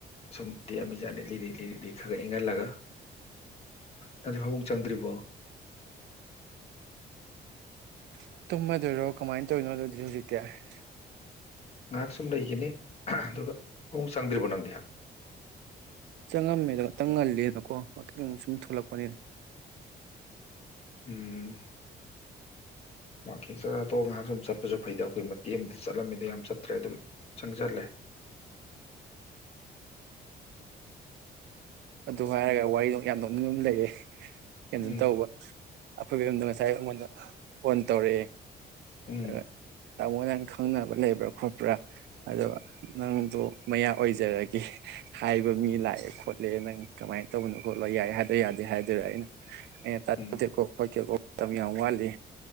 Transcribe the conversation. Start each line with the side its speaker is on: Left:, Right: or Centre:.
Left: ꯁꯨꯝ ꯇꯦꯛꯑꯃꯤꯖꯥꯠꯅꯤ ꯂꯤꯔꯤ ꯂꯤꯔꯤ ꯂꯤ ꯈꯒ ꯏꯪꯍꯜꯂꯒ ꯇ ꯐꯥꯃꯨꯡ ꯆꯪꯗ꯭ꯔꯤ ꯕꯣ
Right: <unintelligible> ꯇꯨꯝꯃꯗꯣꯏꯔꯣ ꯀꯃꯥꯏꯅ ꯇꯧꯔꯤꯅꯣ ꯑꯗꯨꯗꯤ ꯍꯧꯖꯤꯛ ꯍꯧꯖꯤꯛꯇꯌꯥ
Left: ꯉꯥꯏꯍꯥꯛ ꯁꯨꯝ ꯂꯩꯒꯤꯅꯤ ꯑꯗꯨꯒ ꯐꯥꯃꯨꯡ ꯆꯪꯗ꯭ꯔꯤꯕꯣ ꯅꯪꯗꯤꯍ
Right: ꯆꯪꯉꯝꯃꯦꯗ ꯉꯥꯛꯇꯪ ꯉꯜꯂꯤꯦꯅꯀꯣ ꯑꯃꯨꯛ ꯁꯨꯝ ꯊꯣꯛꯂꯛꯄꯅꯤꯅꯦ
Left: ꯎꯝ ꯋꯥꯀꯤꯡ ꯆꯠꯊꯣꯛ ꯉꯥꯏꯍꯥꯛ ꯁꯨꯝ ꯆꯠꯄꯁꯨ ꯐꯩꯗ ꯑꯩꯈꯣꯏ ꯃꯇꯦꯛ ꯑꯃꯗ ꯆꯠꯂꯝꯃꯤꯗ ꯌꯥꯝ ꯆꯠꯇ꯭ꯔꯦ ꯑꯗꯨꯝ ꯆꯪꯁꯤꯜꯂꯦ
Right: ꯑꯗꯨ ꯍꯥꯏꯔꯒ ꯋꯥꯔꯤꯗꯣ ꯌꯥꯝ ꯅꯤꯡꯕ ꯑꯃꯥ ꯂꯩꯔꯦ ꯀꯩꯅ
Left: ꯎꯝ
Right: ꯇꯧꯕ ꯑꯩꯈꯣꯏꯒꯤ ꯌꯨꯝꯗ ꯉꯁꯥꯏ ꯑꯩꯉꯣꯟꯗ ꯐꯣꯟ ꯇꯧꯔꯛꯑꯦ
Left: ꯎꯝ
Right: ꯑ ꯇꯥꯃꯣ ꯅꯪ ꯈꯪꯅꯕ ꯂꯩꯕ꯭ꯔꯥ ꯈꯣꯠꯄ꯭ꯔꯥ ꯑꯗꯣ ꯅꯪꯗꯣ ꯃꯌꯥ ꯑꯣꯏꯖꯔꯒꯦ ꯍꯥꯏꯕ ꯃꯤ ꯂꯥꯛꯑꯦ ꯈꯣꯠꯂꯦ ꯂꯦ ꯅꯪ ꯀꯃꯥꯏꯅ ꯇꯧꯕꯅꯣ ꯈꯣꯠꯂꯣ ꯌꯥꯏ ꯍꯥꯏꯗ ꯌꯥꯗꯦ ꯍꯥꯏꯗꯣꯏꯔꯥ ꯑꯩꯅ ꯇꯥꯅꯤꯡꯗꯦꯀꯣ
Left: ꯎꯝ
Right: ꯈꯣꯠꯇꯦꯀꯣ ꯃꯇꯝ ꯌꯥꯝ ꯋꯥꯠꯂꯤ